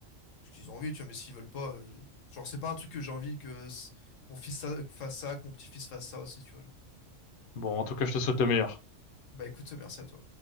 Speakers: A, on the left; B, on the left.
A: parce qu'ils ont envie, tu vois. Mais s'ils veulent pas, euh, je- genre, c'est pas un truc que j'ai envie que s- mon fils ça- fasse ça, que mon petit-fils fasse ça aussi, tu vois. Genre.
B: Bon, en tout cas, je te souhaite le meilleur.
A: Bah écoute, merci à toi.